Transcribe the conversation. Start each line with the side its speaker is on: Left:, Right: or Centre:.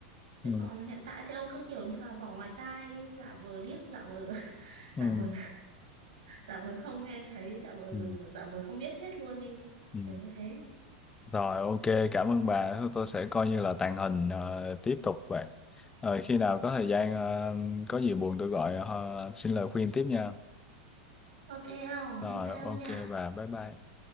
Right: chứ
Left: Ừ.
Right: còn hiện tại thì ông cứ kiểu như là bỏ ngoài tai đi giả vờ điếc giả vờ <laughs>
Left: Ừ.
Right: giả vờ giả vờ không nghe thấy giả vờ
Left: Ừ.
Right: giả vờ không biết hết luôn đi
Left: Ừ.
Right: kiểu như thế
Left: Rồi ok, cảm ơn bà. Thôi Tôi sẽ coi như là tàng hình ờ, tiếp tục vậy. Rồi khi nào có thời gian ờ, có gì buồn tôi gọi ờ, xin lời khuyên tiếp nha.
Right: ok không
Left: Rồi
Right: bye bye ông
Left: ok
Right: nha
Left: bà, bye bye.